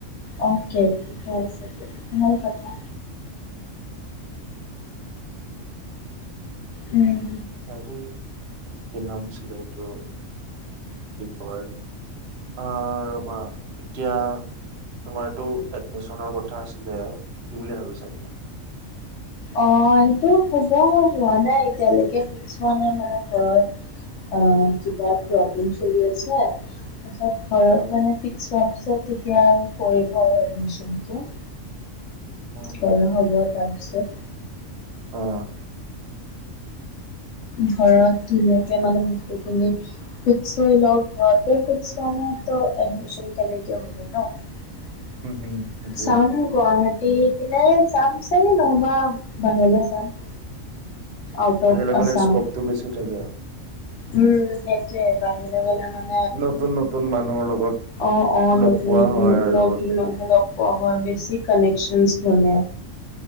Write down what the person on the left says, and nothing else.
অ'কে, ঠিকে আছে দিয়া <unintelligible> কথা। উম,
অ' সেইটো হ'ব হোৱা নাই, এতিয়ালৈকে ফিক্স হোৱা নাই মানে ঘৰত। অ' কিবা প্ৰব্লেম চলি আছে। তাৰপিছত ঘৰত
মানে ফিক্স হোৱা পিছত তেতিয়া কৰিব আৰু এডমিচনটো।
কৰা
হ'ব তাৰপিছত।
ঘৰত ধুনীয়াকে মানে, বস্তুখিনি ফিক্স হৈ ল'ক ঘৰতে ফিক্স হোৱা নাই ত, এডমিচন কেনেকে হ'ব ন। <unintelligible>
গুৱাহাটী পিনে চাম চাগে নহ'বা বাহিৰলে চাম। আউট অফ
আছাম
উম, সেইটোয়ে বাহিৰলে গ'লে মান
অ'অ'
নতুন,
নতুন
নতুন, নতুন লগ পোৱা হয়, বেছি কানেকচন বনে।